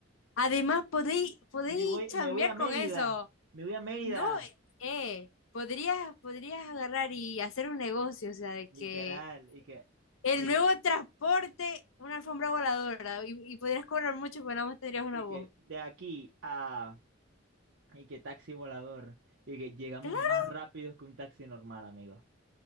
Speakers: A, on the left; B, on the right.
A: Además, podéis, podéis
B: Me voy,
A: chambear
B: me voy a Mérida.
A: con eso.
B: Me voy a Mérida.
A: No, eh, eh, podrías, podrías agarrar y hacer un negocio, o sea, de que
B: Literal. Y que,
A: el
B: y
A: nuevo
B: que,
A: transporte, una alfombra voladora, y, y podrías cobrar mucho, pero nada más tendrías una
B: y
A: voz.
B: que de aquí a. Y que taxi volador. Y que llegamos
A: Claro.
B: más rápido que un taxi normal, amigo.